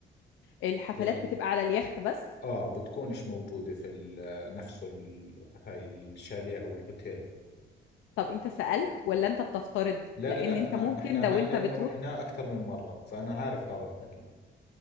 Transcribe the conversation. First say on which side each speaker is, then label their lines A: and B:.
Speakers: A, on the left (about 80°); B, on the left (about 55°).
A: الحفلات
B: زي
A: بتبقى على اليخت بس
B: اه بتكونش موجودة في ال- آه، نفسه ال... هاي الشاليه او الهوتيل
A: طب انت سألت ولا انت بتفترض
B: لا
A: لان
B: لا لا
A: انت
B: انا
A: ممكن
B: احنا
A: لو
B: هاي
A: انت
B: لانه
A: بتروح
B: رحناه اكثر من مرة فانا عارف هذا الحكي